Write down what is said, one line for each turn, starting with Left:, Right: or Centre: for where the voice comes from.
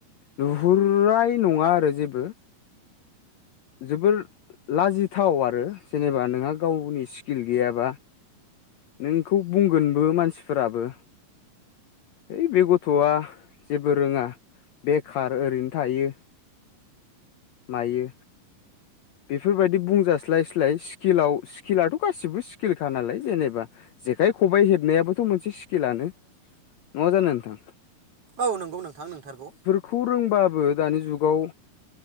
Left: नुहुरराय नङा आरो जेबो। जोबोर लाजिथाव आरो जेनेबा नोंहा गावनि स्किल गैयाबा नोंखौ बुंगोनबो मानसिफोराबो है बे गथ'आ जेबो रोङा बेखार ओरैनो थायो। मायो बेफोरबायदि बुंजास्लायस्लाय स्किलाव स्किलाथ' गासिबो स्किलखा नालाय जेनेबा जेखाइ खबाइ हेबनायाबोथ' मोनसे स्किलानो नङा जानो नोंथां
Right: औ नोंगौ नोंथां नोंथारगौ
Left: खौ रोंबाबो दानि जुगाव